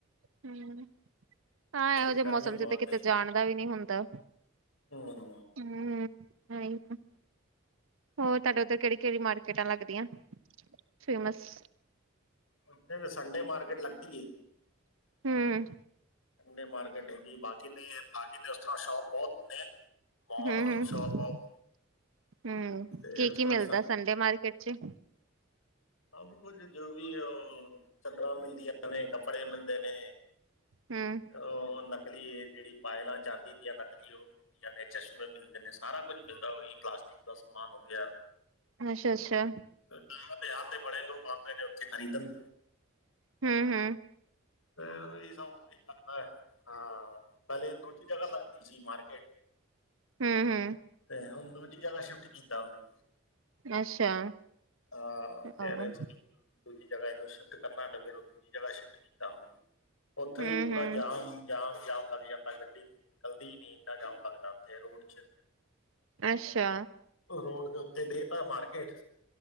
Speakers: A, on the right (about 85°); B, on the left (about 85°).
A: ਹੂ,,, ਹਾਂ
B: ਲੇਕਿਨ
A: ਇਹੋ ਜਿਹੇ
B: ਗਰਮੀ
A: ਮੌਸਮ
B: ਬਹੁਤ
A: ਚ ਤੇ ਕਿਤੇ
B: ਹੈ
A: ਜਾਣ ਦਾ ਵੀ ਨਹੀਂ ਹੁੰਦਾ।
B: ਹੂੰ
A: ਹੂ <unintelligible> ਹੋਰ ਤੁਹਾਡੇ ਉੱਤੇ ਕਿੜੀ ਕਿੜੀ ਮਾਰਕ ਕਿੱਦਾਂ ਲੱਗਦੀਆਂ ਫੇਮਸ।
B: ਉੱਥੇ ਸੰਡੇ ਮਾਰਕੀਟ ਲੱਗਦੀ ਏ।
A: ਹੂ,,,
B: ਸੰਡੇ ਮਾਰਕੀਟ ਹੈਗੀ ਬਾਕੀ ਤੇ ਬਾਕੀ ਤੇ ਉਸ ਤਰ ਸ਼ੋਪ ਬਹੁਤ ਨੇ। ਮਾਲ
A: ਹੂ
B: ਔਰ
A: ਹੂ
B: ਸ਼ਾਪ ਆਪ
A: ਹੂ
B: ਤੇ
A: ਕੀ
B: ਉਸ
A: ਕੀ
B: ਤਰ੍ਹਾਂ
A: ਮਿਲਦਾ ਸੰਡੇ ਮਾਰਕੀਟ ਚ।
B: ਸਭ ਕੁਝ ਜੋ ਵੀ ਉਹ ਚੱਦਰਾਂ ਮਿਲਦੀਆਂ ਨੇ ਕੱਪੜੇ ਮਿਲਦੇ ਨੇ।
A: ਹੂ,,,
B: ਉਹ ਨਕਲੀ ਜਿਹੜੀ ਪਾਇਲਾ ਚਾਂਦੀ ਦੀਆਂ ਨਕਲੀ ਉਹ ਮਿਲ। ਨੇ ਚਸ਼ਮੇ ਮਿਲਦੇ ਨੇ ਸਾਰਾ ਕੁੱਝ ਮਿਲਦਾ ਉਹੀ ਪਲਾਸਟਿਕ ਦਾ ਸਮਾਨ ਹੋ ਗਿਆ।
A: ਅੱਛਾ- ਅੱਛਾ।
B: ਤਾਂ ਪੰਜਾਬ ਦੇ ਬੜੇ ਲੋਕ ਆਉਂਦੇ ਨੇ ਉੱਥੇ ਖਰੀਦਣ।
A: ਹੂ ਹੂ
B: ਇਹ ਸਭ ਇਹ ਲੱਗਦਾ ਹੈ ਹਾਂ ਪਹਿਲੇ ਦੂਜੀ ਜਗ੍ਹਾ ਲੱਗਦੀ ਸੀ ਮਾਰਕੀਟ
A: ਹੂ ਹੂ
B: ਤੇ ਹੁਣ ਦੂਜੀ ਜਗਾ ਸ਼ਿਫਟ ਕੀਤਾ ਉਹਨੂੰ
A: ਅੱਛਾ
B: ਹਾਂ ਤੇ
A: ਹਾਂ,
B: ਐਵੇਂ ਸੈਟਿੰਗ ਦੂਜੀ ਜਗਾ ਇਹਨੂੰ ਸ਼ਿਫਟ ਕਰਨਾ ਫਿਰ ਉਹ ਦੂਜੀ ਜਗਾ ਸ਼ਿਫਟ ਕੀਤਾ ਹੁਣ ਉੱਥੇ
A: ਹੂੰ-ਹੂੰ,
B: ਵੀ ਪੂਰਾ ਜਾਮ ਜਾਮ ਜਾਮ ਲੱਗ ਜਾਂਦਾ ਗੱਡੀ ਨਿਕਲਦੀ ਨਹੀਂ ਇੰਨਾ ਜਾਮ ਲੱਗਦਾ ਉੱਥੇ ਰੋਡ 'ਚ
A: ਅੱਛਾ।
B: ਰੋਡ ਦੇ ਉੱਤੇ ਦੇਤਾ ਮਾਰਕੀਟ